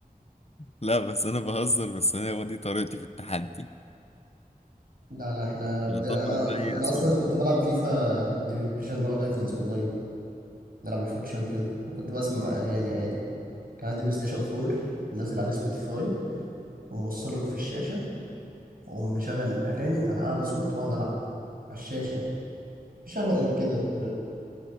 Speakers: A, on the left; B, on the right.
A: لا بس انا بهزر بس انا هو دي طريقتي في التحدي
B: لا لا احنا بد...
A: نطلع
B: انا
A: بقى ايه
B: انا
A: اسوأ
B: اصلا
A: ما
B: كنت
A: فيه
B: بلعب فيفا ديفيجن رايفلز اونلاين نلعب الفوت شامبيون وكنت بسمع اغاني عادي كان عندي بلاي ستيشن 4 منزل عليه سبوتيفاي وموصله في الشاشه واقوم مشغل الاغاني على اعلى صوت واقعد العب على الشاشه مش اروق من كده